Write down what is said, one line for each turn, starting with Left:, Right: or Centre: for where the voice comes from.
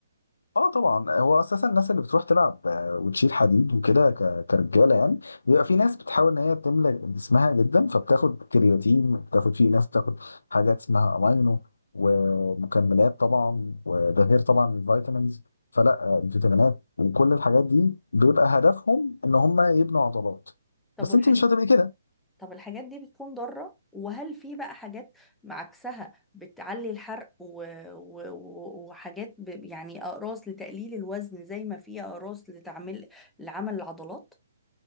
Left: اه طبعا هو اساسا الناس اللي بتروح تلعب آه، وتشيل حديد وكده ك- كرجاله يعني بيبقى في ناس بتحاول ان هي تملى جسمها جدا فبتاخد كرياتين بتاخد في ناس بتاخد حاجات اسمها امينو ومكملات طبعا وده غير طبعا الفيتامينز فلا آه، الفيتامينات وكل الحاجات دي بيبقى هدفهم ان هم يبنوا عضلات
Centre: طب
Left: بس
Centre: والحاجات
Left: انت مش هتبقي كده
Centre: طب الحاجات دي بتكون ضارة وهل في بقى حاجات عكسها بتعلي الحرق و... و... و- وحاجات ب... يعني أقراص لتقليل الوزن زي ما في أقراص لتعمل لعمل العضلات